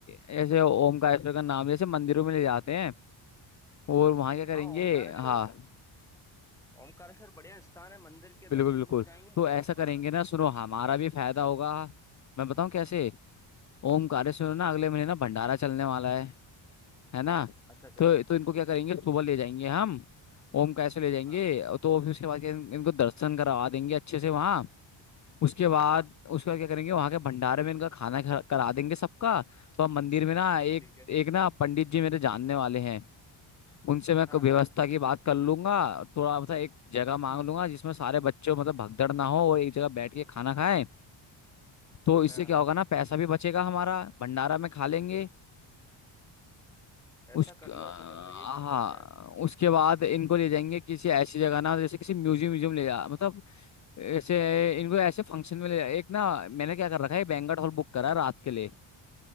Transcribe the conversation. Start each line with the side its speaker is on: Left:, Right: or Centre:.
Left: ऐसे ओमकारेश्वर का नाम जैसे मंदिरों में ले जाते हैं और वहाँ क्या करेंगे
Centre: हाँ ओमकारेश्वर
Left: हाँ
Centre: ओमकारेश्वर बढ़िया स्थान है मंदिर के
Left: बिल्कुल
Centre: दर्शन
Left: बिल्कुल
Centre: भी हो जाएंगे
Left: तो ऐसा
Centre: और
Left: करेंगे ना सुनो
Centre: दस
Left: हमारा भी फायदा होगा मैं बताऊँ कैसे ओमकारेश्वर ना अगले महीने ना भंडारा चलने वाला है है ना
Centre: अच्छा अच्छा
Left: तो
Centre: अच्छा
Left: तो इनको क्या करेंगे सुबह ले जाएंगे हम ओमकारेश्वर ले जाएंगे
Centre: हाँ
Left: तो फिर उसके बाद क्या इन- इनको दर्शन करवा देंगे अच्छे से वहाँ उसके बाद
Centre: हाँ
Left: उसके बाद क्या करेंगे वहां के भंडारे में इनका खाना खा- करा देंगे सबका तो हम मंदिर में ना एक
Centre: ठीक है
Left: एक ना पंडित जी मेरे जानने वाले हैं उनसे मैं
Centre: हाँ
Left: क- व्यवस्था
Centre: हाँ हाँ
Left: की बात कर लूंगा थोड़ा मतलब एक जगह मांग
Centre: हम्म
Left: लूंगा जिसमें सारे बच्चों मतलब भगदड़ ना हो और एक जगह बैठ के खाना खाएं तो इससे
Centre: हाँ
Left: क्या होगा ना पैसा भी बचेगा हमारा भंडारा में खा लेंगे
Centre: ऐसा
Left: उस
Centre: कर
Left: हाँ
Centre: लो ऐसा कर लो ये भी हो सकता है
Left: उसके बाद इनको ले जाएंगे किसी ऐसी जगह ना जैसे किसी म्यूजियम म्यूजियम ले जा मतलब ऐसे इनको ऐसे फंक्शन में ले जा एक ना मैंने क्या कर रखा है बैंक्वेट हॉल बुक करा है रात के लिए